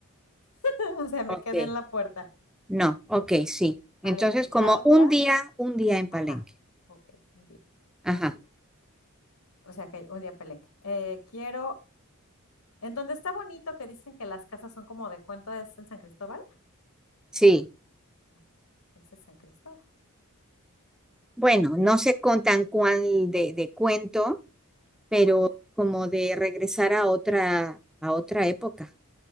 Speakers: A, on the left; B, in the centre.
A: <laughs> o sea, me
B: ok.
A: quedé en la puerta.
B: No, ok, sí. Entonces,
A: Palenque.
B: como
A: La otra,
B: un día, un día en Palenque.
A: ajá, ok, un día,
B: Ajá,
A: un día. O sea que un día Palenque. Eh, quiero, en donde está bonito que dicen que las casas son como de cuánto es en San Cristóbal.
B: sí.
A: Ah, Entonces San Cristóbal,
B: Bueno, no
A: eh,
B: sé con tan cuál de, de cuento,
A: súper
B: pero
A: bonita.
B: como de regresar a otra, a otra época.